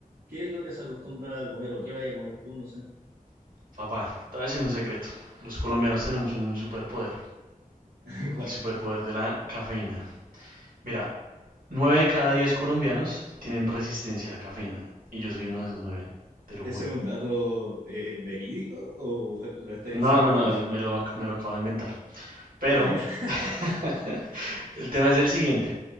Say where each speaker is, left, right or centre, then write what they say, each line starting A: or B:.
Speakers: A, on the right (about 85°); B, on the right (about 70°).
A: ¿qué es lo que se acostumbra a comer o qué vaya a comer tú? No sé.
B: Papá, te voy a decir un secreto. Los colombianos tenemos un superpoder,
A: <laughs>
B: el
A: ¿Cuál?
B: superpoder de la cafeína. Mira, 9 de cada 10 colombianos tienen resistencia a la cafeína. Y yo soy uno de esos nueve te lo
A: ¿Ese
B: juro.
A: es un dato eh, verídico o lo estáis
B: No,
A: diciendo
B: no,
A: por
B: no,
A: decir?
B: me lo, ac- me lo acabo de inventar. Pero
A: Ah, ya.
B: <laughs>
A: <laughs>
B: El tema es el siguiente.